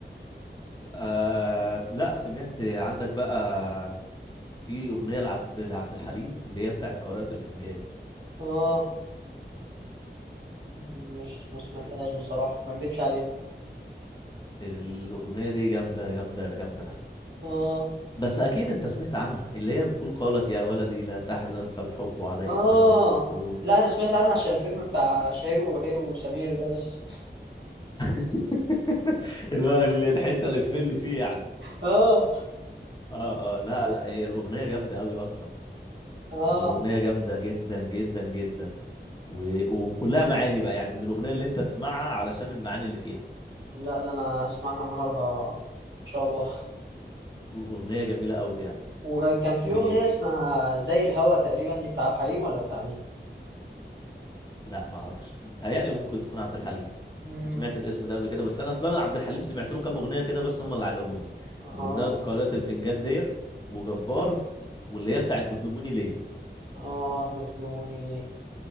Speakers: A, on the left; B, on the right.
A: ف- آه لا سمعت عندك بقى في اغنيه لعبد لعبد الحليم اللي هي بتاعت قارئة الفنجان
B: آه مش ما سمعتهاش
A: آه،
B: بصراحة ما أكدبش عليك
A: الاغنيه دي جامده جامده جامده
B: آه
A: بس اكيد انت سمعت عنها اللي هي بتقول قالت يا ولدي لا تحزن فالحب عليك
B: اه
A: هو المكتوب
B: لا انا سمعت عنها عشان الفيلم بتاع شهير وبهير وسمير ده بس
A: <laughs> اللي هو ال- الحته اللي في اللي فيه يعني
B: اه
A: اه اه لا لا هي الاغنيه جامده قوي اصلا
B: اه
A: الاغنيه جامده جدا جدا جدا و... وكلها معاني بقى يعني من الأغنية اللي أنت تسمعها علشان المعاني اللي فيها
B: لا ده انا اسمعها النهارده ان شاء الله
A: أغنية جميلة قوي يعني
B: وكان في
A: و
B: اغنيه اسمها زي الهوا تقريبا دي بتاع عبد الحليم ولا بتاع مين
A: لا ما اعرفش متهيألي ممكن تكون عبد الحليم
B: مم.
A: أنا سمعت الاسم ده قبل كده بس انا اصلا أنا عبد الحليم سمعت له كام اغنيه كده بس هم اللي عجبوني
B: اه
A: من ضمنها قارئة الفنجان ديت وجبار واللي هي بتاعت بتلوموني ليه
B: اه بتلوموني ليه